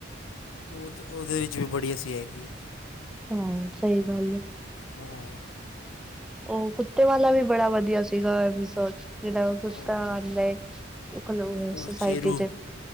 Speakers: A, on the left; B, in the centre.
A: ਉਹ, ਉਹਦੇ ਵਿੱਚ ਵੀ ਬੜੀ ਹੱਸੀਂ ਆਏਗੀ।
B: ਹਾਂ। ਸਹੀ ਗੱਲ ਏ।
A: ਹਾਂ
B: ਉਹ ਕੁੱਤੇ ਵਾਲਾ ਵੀ ਬੜਾ ਵਧੀਆ ਸੀਗਾ ਏਪੀਸੋ ਜਿਹੜਾ ਉਹ ਕੁੱਤਾ
A: ਹਾਂ ਹਾਂ
B: ਆਂਦਾ
A: ਉਹ
B: ਸੁਸਾਇਟੀ
A: ਸ਼ੇਰੂ
B: ਚ